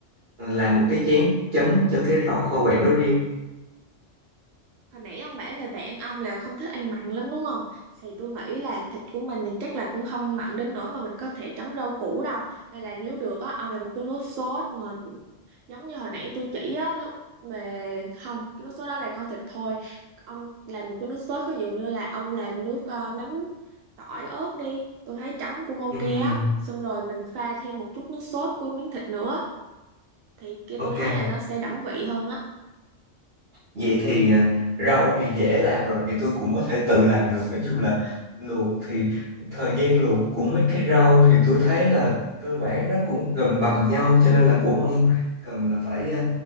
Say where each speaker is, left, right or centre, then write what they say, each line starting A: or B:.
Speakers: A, on the right; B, on the right.
A: ờ, làm một cái chén chấm cho cái rau kho quẹt đó riêng
B: Hồi nãy ông bảo là bạn ông là không thích ăn mặn lắm đúng không? Thì tôi nghĩ là thịt của mình thì chắc là cũng không mặn đến nỗi mà mình có thể chấm rau củ đâu. Nên là nếu được á, ông làm một cái nước sốt mà giống như hồi nãy tôi chỉ á, lúc mà không, cái nước sốt đó là kho thịt thôi. Ông làm một cái nước sốt ví dụ như là ông làm nước ờ, mắm tỏi ớt đi. Tôi thấy chấm cũng ok
A: Ừm,
B: á. Xong rồi mình pha thêm một chút nước sốt của miếng thịt nữa. Thì kia
A: ok
B: tôi thấy là nó sẽ đậm vị hơn á.
A: vậy thì ờ, rau thì dễ làm rồi thì tôi cũng có thể tự làm được nói chung là luộc thì thời gian luộc của mấy cái rau thì tôi thấy là cơ bản nó cũng gần bằng nhau cho nên là cũng không cần là phải ờ,